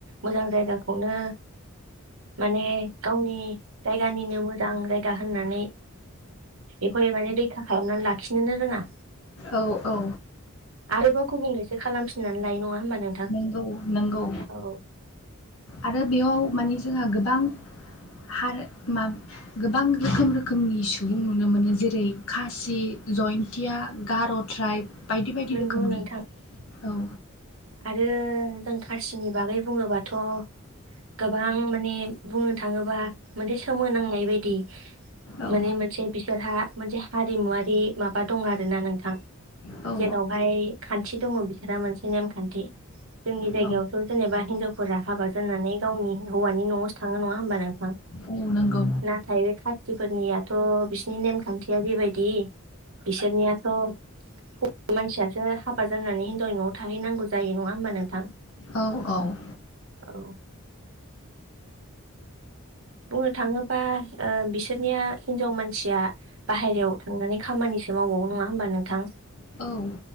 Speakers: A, on the right; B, on the left.
A: मोजां जायगाखौनो माने गावनि जायगानिनो मोजां जायगा होननानै बेखौहाय माने रैखा खालामनानै लाखिनोनो रोङा
B: औ औ
A: आरोबाव गुबुंलेसो खालामफिननानै लायो नङा होमबा नोंथां
B: नंगौ नंगौ
A: औ
B: आरो बेयाव माने जोंहा गोबां हार मा गोबां रोखोम रोखोमनि सुबुं नुनो मोनो जेरै खासि जयन्त्या गार'ट्राइब बायदि बायदि
A: नंगौ
B: रोखोमनि
A: नोंथां
B: औ
A: आरो जों खासिनि बागै बुङोबाथ' गोबां माने बुंनो थाङोबा मोनसे सोमोनांनाय बायदि
B: औ
A: माने मोनसे बिसोरहा मोनसे हारिमुवारि माबा दं आरो ना नोंथां
B: औ
A: जेरावहाय खान्थि दङो बिसोरा मोनसे नेमखान्थि जोंनि जायगायावथ'
B: औ
A: जेनेबा हिनजावफोरा हाबा जनानै गावनि हौवानि न'आवसो थाङो नङा होमबा नोंथां
B: औ नंगौ
A: नाथाय बे खाथिफोरनियाथ' बिसिनि नेमखान्थिया जिेबायदि बिसोरनियाथ' हौवा मानसियासो हाबा जानानै हिनजावनि न'आव थाहैनांगौ जायो नङा होमबा नोंथां
B: औ औ
A: औ बुंनो थाङोबा बिसोरनिया हिनजाव मानसिया बाहेरायाव थांनानै खामानि एसे मावबावौ नङा होनोमबा नोंथां
B: औ